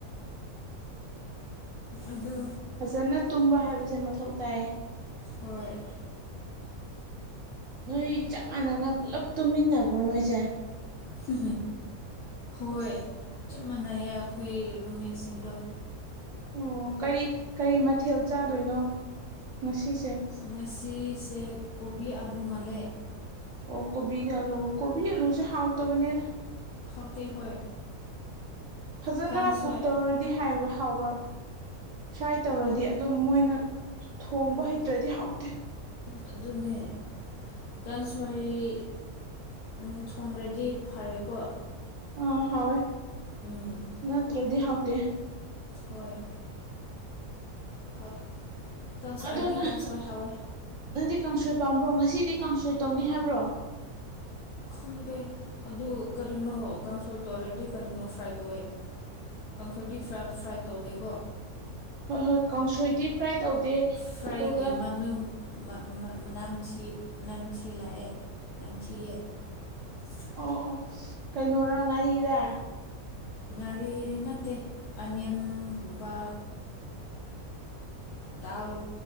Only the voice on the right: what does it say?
ꯐꯖꯅ ꯇꯨꯝꯕ ꯍꯥꯏꯕꯁꯦ ꯃꯊꯧ ꯇꯥꯏ꯫
ꯅꯣꯏ ꯆꯞ ꯃꯥꯟꯅꯅ ꯄꯨꯜꯂꯞ ꯇꯨꯃꯤꯟꯅꯕ꯭ꯔꯣ ꯅꯣꯏꯖꯦ꯫
ꯑꯣ ꯀꯔꯤ ꯀꯔꯤ ꯃꯊꯦꯜ ꯆꯥꯗꯣꯏꯅꯣ ꯉꯁꯤꯁꯦ꯫
ꯑꯣ ꯀꯣꯕꯤꯒ ꯑꯂꯨꯒ ꯀꯣꯕꯤ ꯑꯂꯨꯁꯦ ꯍꯥꯎꯇꯕꯅꯦꯗ꯫
ꯐꯖꯅ
ꯀꯨꯛ ꯇꯧꯔꯗꯤ ꯍꯥꯏꯕ ꯍꯥꯎꯕ꯫ ꯐ꯭ꯔꯥꯏ ꯇꯧꯔꯗꯤ
ꯑꯗꯨꯝ ꯃꯣꯏꯅ ꯊꯣꯡꯕ ꯍꯩꯇ꯭ꯔꯗꯤ ꯍꯥꯎꯇꯦ꯫
ꯑꯥ ꯍꯥꯎꯏ
ꯅꯠꯇ꯭ꯔꯗꯤ ꯍꯥꯎꯇꯦ꯫
ꯑꯗꯣ
ꯅꯪ
ꯅꯪꯗꯤ ꯀꯥꯡꯁꯣꯏ ꯄꯥꯝꯕ꯭ꯔꯣ ꯉꯁꯤꯗꯤ ꯀꯥꯡꯁꯣꯏ ꯇꯧꯅꯤ ꯍꯥꯏꯕ꯭ꯔꯣ꯫
ꯍꯣꯏ ꯍꯣꯏ ꯀꯥꯡꯁꯣꯏꯗꯤ ꯐ꯭ꯔꯥꯏ ꯇꯧꯗꯦ
ꯑꯗꯨꯒ
ꯑꯣ ꯑꯣ ꯀꯩꯅꯣꯔ ꯉꯥꯔꯤꯔ꯫